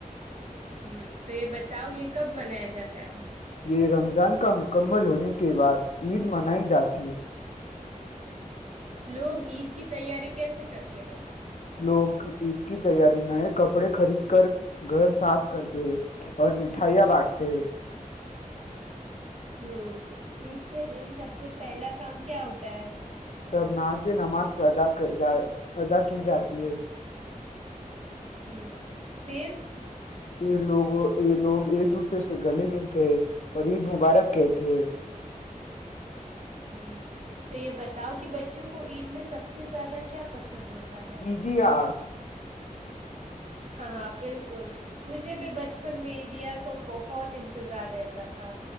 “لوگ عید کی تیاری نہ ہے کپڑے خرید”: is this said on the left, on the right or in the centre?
Left